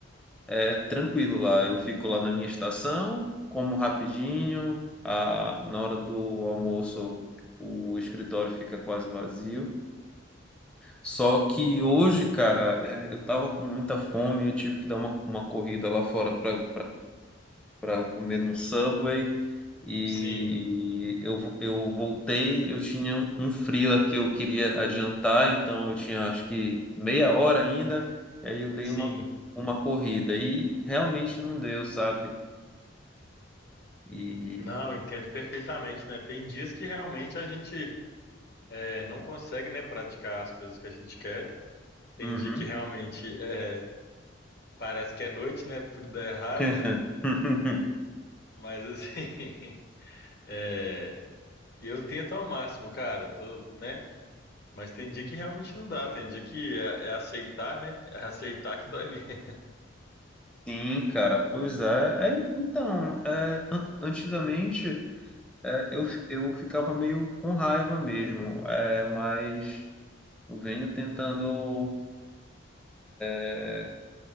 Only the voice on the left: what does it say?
Sim,
sim.
Não, eu entendo perfeitamente, né? Tem dias que realmente a gente é, não consegue, né, praticar as coisas que a gente quer. Tem
dia que realmente é, parece que é noite, né? Tudo dá errado.
Mas assim, <laughs> é, eu tento ao máximo, cara. Tô, né? Mas tem dia que realmente não dá. Tem dia que é, é aceitar, né? É aceitar que dói mesmo. <laughs>